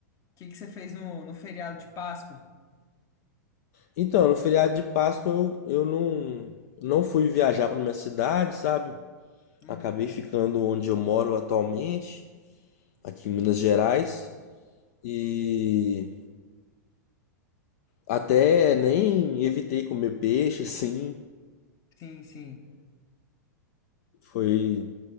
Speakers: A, on the left (about 35°); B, on the left (about 60°).
A: O que que você fez no, no feriado de Páscoa?
B: Então, no feriado de Páscoa eu, eu não, não fui viajar pra minha cidade, sabe?
A: Uhum.
B: Acabei ficando onde eu moro atualmente, aqui em Minas Gerais. E até nem evitei comer peixe, <laughs> assim.
A: Sim, sim.
B: Foi.